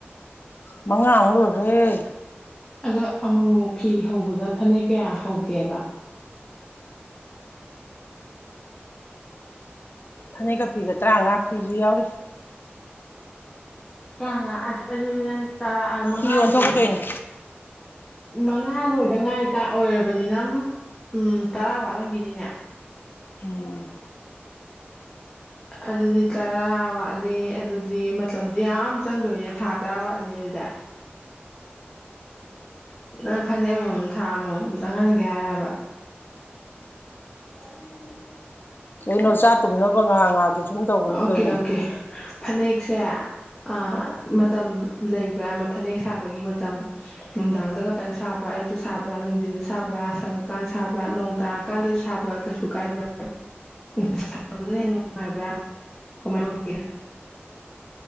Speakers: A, on the left (about 55°); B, on the left (about 15°).
A: ꯃꯉꯥ ꯑꯃꯨꯛ ꯂꯣꯏꯈ꯭ꯔꯦ
B: ꯑꯗ ꯑꯃꯨ ꯃꯨꯛ ꯐꯤ ꯍꯧꯕꯗ ꯐꯅꯦꯛ ꯀꯌꯥ ꯍꯧꯒꯦꯕ
A: ꯐꯅꯦꯛꯀ ꯐꯤꯒ ꯇꯔꯥꯃꯉꯥ ꯐꯤꯁꯨ ꯌꯥꯎꯔꯤ
B: ꯇ꯭ꯔꯥꯉꯥ ꯑꯁ ꯑꯗꯨ ꯅꯪ ꯇꯔꯥ ꯑ ꯃꯉꯥ
A: ꯐꯤ ꯌꯣꯟꯊꯣꯛꯀꯗꯣꯏꯅꯤ
B: ꯂꯣꯏꯔꯤ ꯃꯉꯥ ꯂꯣꯏꯗꯉꯥꯏ ꯀꯥꯟ ꯑꯣꯏꯔꯕꯅꯤꯅ ꯎꯝ ꯇꯔꯥ ꯋꯥꯠꯂꯝꯒꯤꯅꯤꯅꯦ
A: ꯎꯝ
B: ꯑꯗꯨꯗꯤ ꯇꯔꯥ ꯋꯥꯠꯂꯤ ꯑꯗꯨꯗꯤ ꯃꯇꯝꯗꯤ ꯌꯥꯝ ꯆꯪꯗꯣꯔꯤꯅꯦ ꯊꯥ ꯇꯔꯥ ꯋꯥꯠꯂꯤꯅꯦ ꯑꯗꯨꯗꯤ ꯅꯪ ꯐꯅꯦꯛ ꯑꯃꯃꯝ ꯊꯥ ꯑꯃꯃꯝ ꯆꯪꯍꯟꯒꯦ ꯍꯥꯏꯔꯕ <inaudible>
A: ꯀꯩꯅꯣ ꯆꯥ ꯇꯨꯝꯅꯕ ꯉꯥꯍꯥꯛ ꯉꯥꯍꯥꯛꯀꯤ ꯁꯨꯝ ꯇꯧꯕꯅꯤ
B: ꯑꯣꯀꯦ
A: ꯀꯩꯅꯣ
B: ꯑꯣꯀꯦ ꯐꯅꯦꯛꯁꯦ ꯑ ꯃꯇꯝ ꯂꯩꯕ꯭ꯔꯥ ꯑꯃ ꯐꯅꯦꯛ ꯁꯥꯕꯒꯤ ꯃꯇꯝ ꯅꯨꯡꯗꯥꯡꯗ ꯈꯛꯇꯪ ꯁꯥꯕ꯭ꯔꯥ ꯑꯌꯨꯛꯇ ꯁꯥꯕ꯭ꯔꯥ ꯅꯨꯡꯊꯤꯟꯗ ꯁꯥꯕ꯭ꯔꯥ ꯁꯪꯉꯀꯥꯟꯗ ꯁꯥꯕ꯭ꯔꯥ ꯅꯣꯡ ꯇꯥꯔꯀꯥꯟꯗ ꯁꯥꯕ ꯀꯩꯁꯨ ꯀꯥꯏꯗꯕ꯭ꯔꯥ ꯅꯨꯡꯁꯥꯕꯗꯅ ꯍꯦꯟꯅ ꯅꯨꯡꯉꯥꯏꯕ꯭ꯔꯥ ꯀꯃꯥꯏ ꯇꯧꯒꯦ